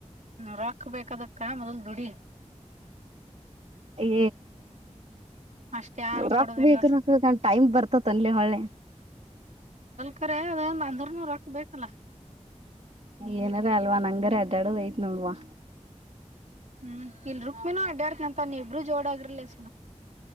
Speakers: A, on the right (about 80°); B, on the right (about 60°).
A: ರಾಕ್ ಬೇಕದಕ್ಕ ಮೊದಲ್ ದುಡಿ
B: ಏ.
A: ಅಷ್ಟ ಯಾರು
B: ರೋಕ್ಬೇಕ್
A: ಕೊಡೋದಿಲ್ಲ
B: ರೋಕ್ಬೇಕ್ ಅಂತ್ ಟೈಮ್ ಬರ್ತತ್ ಏನ್ ಲೆ ಹೊಳ್ಳೆ
A: ಖರೆ ಅದ ಅಂದ್ರನೂ ರೊಕ್ ಬೆಕಲ್ಲಾ
B: ಏನರ. ಅಲ್ವಾ ನಂಗರ ಅಡ್ಡಡ ಐತ್ ನೋಡವಾ
A: ಹ್ಮ್ ಇಲ್ರ ಮೇನು ಅಡ್ಡ ಅರ್ತನ ತ ನೀ ಇಬ್ಬರು ಜೋಡ ಆಗ್ರಲ್ಲಸ.